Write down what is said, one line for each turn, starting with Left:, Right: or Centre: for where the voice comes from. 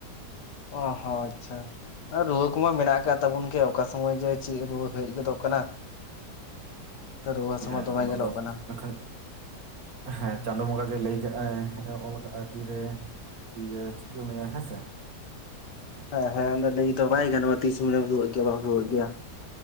Left: ᱚ ᱦᱚᱸ ᱟᱪᱪᱷᱟ ᱨᱩᱣᱟᱹ ᱠᱚᱢᱟ ᱢᱮᱱᱟᱜ ᱟᱠᱟᱫᱟ ᱠᱫ ᱛᱟᱵᱚᱱ ᱜᱮ ᱚᱠᱟ ᱥᱚᱢᱚᱭ ᱡᱮ ᱪᱮᱫ ᱨᱩᱣᱟᱹ ᱦᱮᱡ ᱜᱚᱫᱚᱜ ᱠᱟᱱᱟ ᱛᱚ ᱨᱩᱣᱟᱹ ᱦᱟᱥᱩᱚᱭ
Right: ᱦᱮᱸ
Left: ᱫᱚᱢᱮ
Right: ᱚᱱᱟ
Left: ᱧᱮᱞᱚᱜ
Right: ᱫᱚ
Left: ᱠᱟᱱᱟ
Right: ᱟᱠᱷᱟᱡ ᱦᱮᱸ ᱪᱟᱸᱫᱳ ᱵᱚᱸᱜᱟ ᱜᱮ ᱞᱟᱹᱭ ᱠᱟᱜᱼ-ᱟᱭ ᱚᱞ ᱠᱟᱜ ᱟᱭ ᱛᱤᱨᱮ ᱤᱭᱟᱹ ᱪᱤᱠᱟᱹᱣ ᱢᱮᱭᱟ ᱦᱮᱸ ᱥᱮ
Left: ᱦᱮᱸ ᱦᱮᱸ ᱞᱟᱹᱭ ᱫᱚ ᱵᱟᱭ ᱜᱟᱱᱚᱜ-ᱟ ᱛᱤᱥ ᱢᱤᱱᱮᱢ ᱨᱩᱣᱟᱹᱜ ᱜᱮᱭᱟ ᱵᱟᱢ ᱨᱩᱣᱟᱹᱜ ᱜᱮᱭᱟ